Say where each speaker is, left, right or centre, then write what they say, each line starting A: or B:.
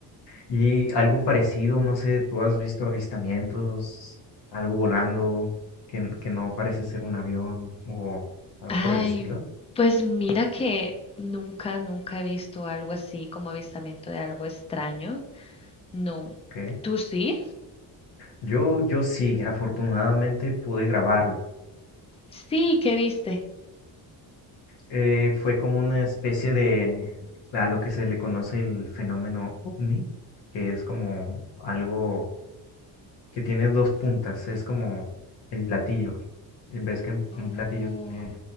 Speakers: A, on the left (about 65°); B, on the left (about 15°).
A: Y algo parecido, no sé, ¿tú has visto avistamientos, algo volando que, que no parece ser un avión o algo
B: Ay,
A: por el estilo?
B: pues mira que nunca, nunca he visto algo así como avistamiento de algo extraño. No.
A: ¿Qué?
B: ¿Tú sí?
A: Yo, yo sí, afortunadamente pude grabarlo.
B: Sí, ¿qué viste?
A: Eh, fue como una especie de a lo que se le conoce el fenómeno ovni, que es como algo que tiene dos puntas, es como el platillo. Y Ves que un
B: Oh.
A: un platillo tiene